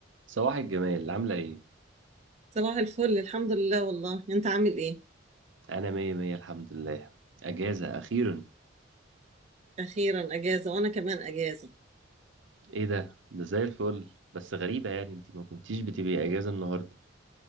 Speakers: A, on the right (about 70°); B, on the right (about 35°).
A: صباح الجمال عاملة ايه؟
B: صباح الفل الحمد لله والله انت عامل ايه
A: أنا مية مية الحمد لله أجازة أخيرا
B: اخيرا اجازه وانا كمان اجازه
A: ايه ده؟ ده زي الفل بس غريبة يعني انتي ما كنتيش بتبقي أجازة النهاردة